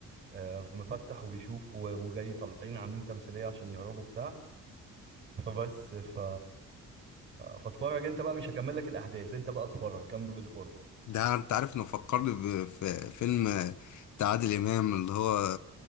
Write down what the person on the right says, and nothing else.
آه، مفتح وبيشوف و- وجاي طالعين عاملين تمثيلية عشان يهربوا بتاع فبس ف فاتفرج انت بقى مش هكمل لك الاحداث انت بقى اتفرج كمل الفرجه